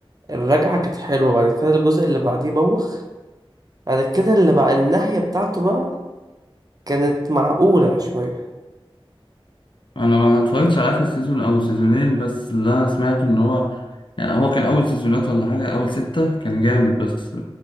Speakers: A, on the right (about 40°); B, on the left (about 60°).
A: الرجعة كانت حلوة بعد كده الجزء اللي بعديه بوخ بعد كده اللي بقى النهاية بتاعته بقى كانت معقولة شوية
B: انا ما اتفرجتش على اخر سيزون او سيزونين بس اللي انا سمعته ان هو يعني هو كان اول سيزونات ولا حاجه اول سته كان جامد بس